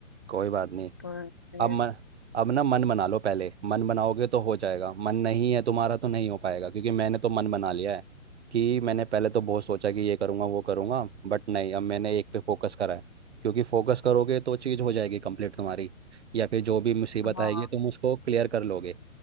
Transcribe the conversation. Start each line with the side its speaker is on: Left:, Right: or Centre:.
Right: कोई बात नहीं
Left: तो ये
Right: अब मन अब ना मन बना लो पहले मन बनाओगे तो हो जाएगा मन नहीं है तुम्हारा तो नहीं हो पाएगा क्योंकि मैंने तो मन बना लिया है कि मैंने पहले तो बहुत सोचा कि ये करूँगा वो करूँगा बट नहीं अब मैंने एक पे फोकस करा है क्योंकि फोकस करोगे तो चीज़ हो जाएगी कंप्लीट तुम्हारी या फिर जो भी मुसीबत
Left: हाँ
Right: आएगी तुम उसको क्लियर कर लोगे